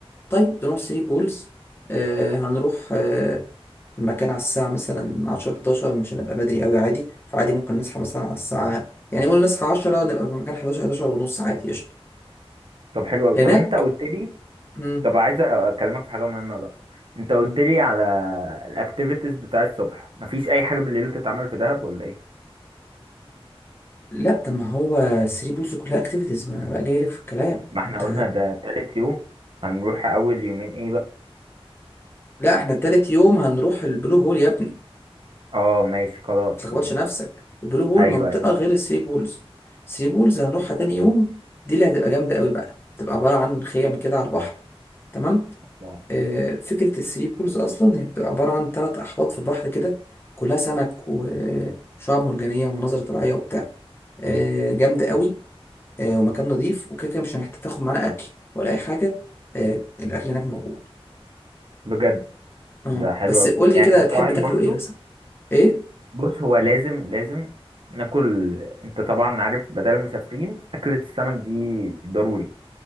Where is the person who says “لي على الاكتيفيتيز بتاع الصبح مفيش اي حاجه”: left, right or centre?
Right